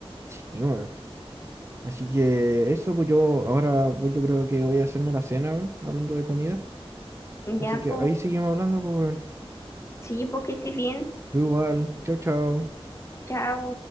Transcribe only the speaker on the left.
Ya,
pues,
sí, pues que estés bien.
Chao.